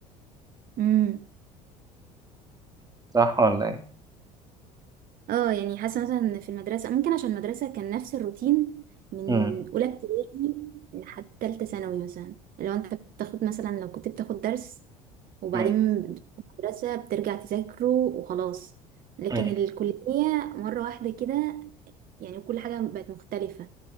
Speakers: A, on the right (about 45°); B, on the right (about 20°).
A: امم
B: صح ولا ايه
A: اه يعني حاسة مثلا إن في المدرسة ممكن عشان المدرسة كان نفس الروتين من
B: امم
A: أولى ابتدائي لحد تالتة ثانوي مثلا لو أنت بتاخد مثلا لو كنت بتاخد درس وبعدين
B: امم
A: بتروح المدرسة بترجع تذاكره وخلاص لكن
B: امم
A: الكلية مرة واحدة كده يعني وكل حاجة بقت مختلفة